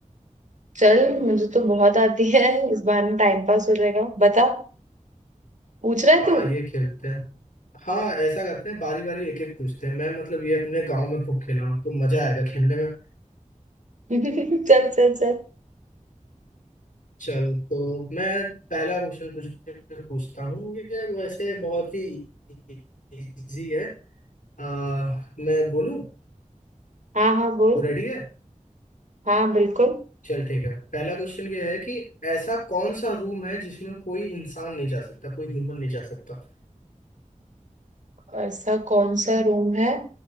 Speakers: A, on the right (about 65°); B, on the left (about 75°).
A: चल मुझे तो बहुत आती है इस बहाने टाइम पास हो जाएगा बता पूछ रहा है
B: हाँ
A: तू
B: ये खेलते हैं हाँ ऐसा करते हैं बारी बारी एक एक पूछते हैं मैं मतलब ये अपने गांव में खूब खेला हूँ तो मजा आएगा खेलने में
A: <laughs> चल चल चल
B: चल तो मैं पहला क्वेश्चन तुझे पूछता हूँ ये वैसे बहुत ही इजी है आ, मैं बोलूँ
A: हाँ हाँ बोल
B: तू रेडी है
A: हाँ बिल्कुल
B: चल ठीक है पहला क्वेश्चन ये है कि ऐसा कौन सा रूम है जिसमें कोई इंसान नहीं जा सकता कोई ह्यूमन नहीं जा सकता
A: ऐसा कौन सा रूम है